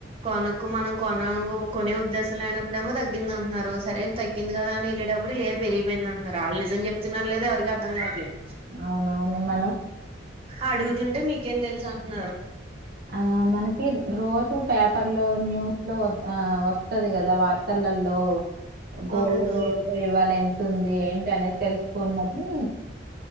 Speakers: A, on the right; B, on the right.
A: కొనకు మనం కొన కొనే ఉద్దేశం లేనప్పుడేమో తగ్గింది అంటున్నారు సరే తగ్గింది కదా అని వెళ్ళేటప్పుడు లేదు పెరిగిపోయింది వాళ్ళు నిజం చెప్తున్నారో లేదా ఎవరికి అర్థం కావట్లేదు
B: అవునా నిన్న
A: అడుగుతుంటే మీకేం తెలుసు అంటున్నారు
B: ఆ మనకి రోజు పేపర్ లో న్యూస్ లో వాస్ ఆ వస్తది కదా వార్తల్లో ల్లో గోల్డ్
A: అవునవును
B: రేట్ ఇవాళ ఎంత ఉంది ఏంటి అనేది తెలుసుకున్నది